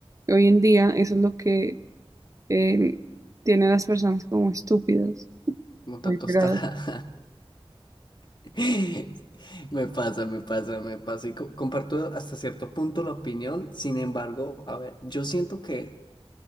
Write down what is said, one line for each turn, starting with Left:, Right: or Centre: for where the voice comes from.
Right: que hoy en día eso es lo que eh, tiene a las personas como estúpidas,
Left: como tostadas.
Right: muy pegadas.
Left: <laughs> Me pasa, me pasa, me pasa. Y co- comparto hasta cierto punto la opinión. Sin embargo, a ver, yo siento que